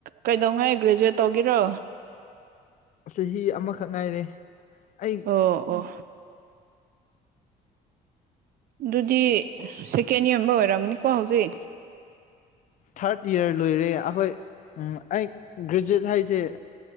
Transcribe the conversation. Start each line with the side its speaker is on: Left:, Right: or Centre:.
Right: ꯀꯩꯗꯧꯉꯩ ꯒ꯭ꯔꯦꯖꯨꯋꯦꯠ ꯇꯧꯒ‌ꯦꯔꯣ
Left: ꯆꯍꯤ ꯑꯃꯈꯛ ꯉꯥꯏꯔꯦ ꯑꯩ
Right: ꯑꯣ ꯑꯣ ꯗꯨꯗꯤ ꯁꯦꯀꯦꯟ ꯏꯌꯔ ꯑꯝꯕ ꯑꯣꯏꯔꯝꯅꯤꯀꯣ ꯍꯧꯖꯤꯛ
Left: ꯊꯥꯔꯠ ꯏꯌꯥꯔ ꯂꯣꯏꯔꯦ ꯑꯩꯈꯣꯏ ꯎꯝ ꯑꯩ ꯒ꯭ꯔꯦꯖꯨꯋꯦꯠ ꯍꯥꯏꯁꯦ